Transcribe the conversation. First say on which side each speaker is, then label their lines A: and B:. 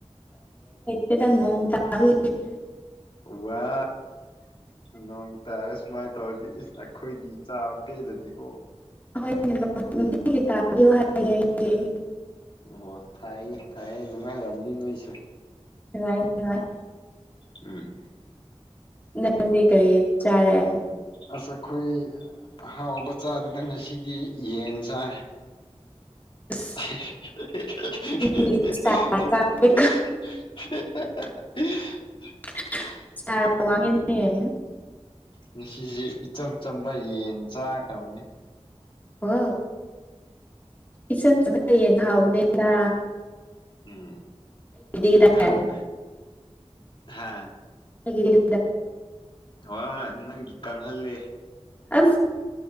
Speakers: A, on the left; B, on the left.
A: ꯇꯦꯗ ꯅꯣꯡ ꯇꯥꯕꯅꯦ
B: ꯋꯥ ꯅꯣꯡ ꯇꯥꯔꯦ ꯁꯨꯃꯥꯏꯅ ꯇꯧꯔꯗꯤ ꯏꯁ ꯑꯩꯈꯣꯏꯗꯤ ꯄꯦꯜꯂꯅꯤꯀꯣ
A: <unintelligible>
B: ꯑꯣ ꯊꯥꯏꯌꯦ ꯊꯥꯏꯌꯦ ꯅꯨꯡꯉꯥꯏꯔꯝꯅꯤ ꯅꯣꯏꯁꯦ
A: ꯅꯨꯡꯉꯥꯏ ꯅꯨꯡꯉꯥꯏ
B: ꯎꯝ
A: ꯅꯪꯗꯤ ꯀꯔꯤ ꯆꯥꯔꯦ
B: ꯑꯁ ꯑꯩꯈꯣꯏ ꯍꯥꯎꯕ ꯆꯥꯗꯦꯗꯪ ꯉꯁꯤꯗꯤ ꯌꯦꯟ ꯆꯥꯏ
A: ꯑꯁ
B: <unintelligible>
A: ꯅꯪꯗꯤ ꯁ꯭ꯇꯥꯔ ꯆꯥꯕꯩ
B: <unintelligible>
A: <unintelligible>
B: ꯉꯁꯤꯁꯦ ꯏꯆꯝ ꯆꯝꯕ ꯌꯦꯟ ꯆꯥꯈ꯭ꯔꯕꯅꯤ
A: ꯍ ꯏꯆꯝ ꯆꯅ ꯍꯌꯦꯡ ꯊꯥꯎꯕꯅꯤꯅ
B: ꯎꯝ
A: ꯀꯗꯥꯏ
B: ꯈꯪ ꯍꯥ
A: ꯒꯤꯗ
B: ꯋꯥ ꯅꯪꯒꯤ ꯀꯪꯍꯜꯜꯂꯤꯦ
A: ꯑ